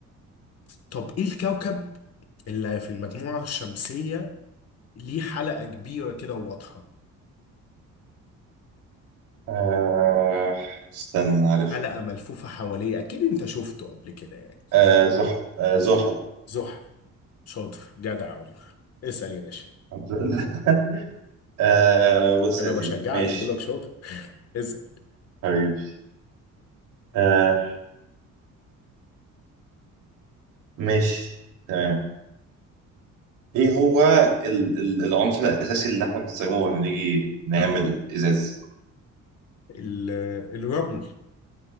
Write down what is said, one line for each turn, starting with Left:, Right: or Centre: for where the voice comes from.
Left: طب ايه الكوكب اللي في المجموعة الشمسية ليه حلقة كبيرة كده وواضحة
Right: آه استنى عارف
Left: حلقة ملفوفة حواليه أكيد أنت شفته قبل كده يعني
Right: آه
Left: أكيد
Right: زحل آه زحل
Left: زحل شاطر جدع عمر اسأل يا باشا
Right: <laughs> آه بص
Left: ده أنا
Right: يا
Left: بشجعك
Right: سيدي ماشي
Left: بقول لك شاطر <laughs> اسأل
Right: حبيبي آه ماشي تمام ايه هو ال- ال- العنصر الاساسي اللي احنا بنستخدمه لما نيجي نعمل ازاز
Left: ال- الرمل